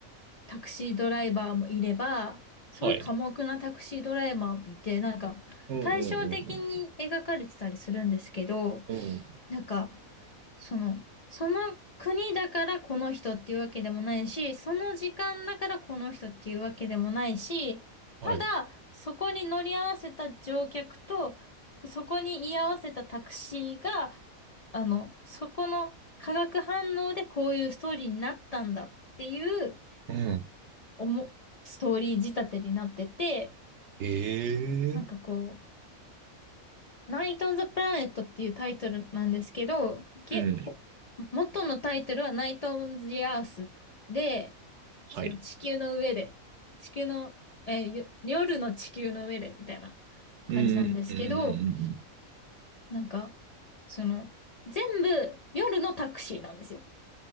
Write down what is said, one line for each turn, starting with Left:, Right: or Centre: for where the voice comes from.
Left: タクシードライバーもいれば、すごい寡黙なタクシードライバーもいて、
Right: はい。
Left: なんか対照的に描かれてたりするんですけど、
Right: うんうんうんうん。うん。
Left: なんかその、その国だからこの人っていうわけでもないし、その時間だからこの人っていうわけでもないし、
Right: はい。
Left: ただそこに乗り合わせた乗客と、そこに居合わせたタクシーが、あの、そこの化学反応でこういうストーリーになったんだっていう、
Right: うん。
Left: おも、ストーリー仕立てになってて、
Right: え
Left: なんかこ
Right: ー。
Left: う、ナイト・オン・ザ・プラネットっていうタイトルなんですけど、げ、
Right: うん。
Left: ほ元のタイトルはナイト・オン・ザ・アースで、その地球の上で、
Right: はい。
Left: 地球の、えー、よ夜の地球の上でみたいな
Right: うんうんうんうんうんうん。
Left: 感じなんですけど、なんか、その、全部夜のタクシーなんですよ。